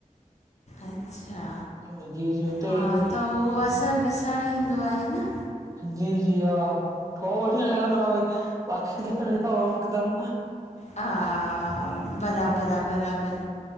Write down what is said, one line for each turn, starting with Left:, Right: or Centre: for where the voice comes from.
Left: अच्छा
Right: जी जी हुते
Left: हा
Right: ई
Left: त उहो असरु ॾिसणु ईंदो आहे न।
Right: जी जी हा थो वठी न लॻंदो आहे। भई <unintelligible> <unintelligible> हिकदम।
Left: हा बराबरा बराबरि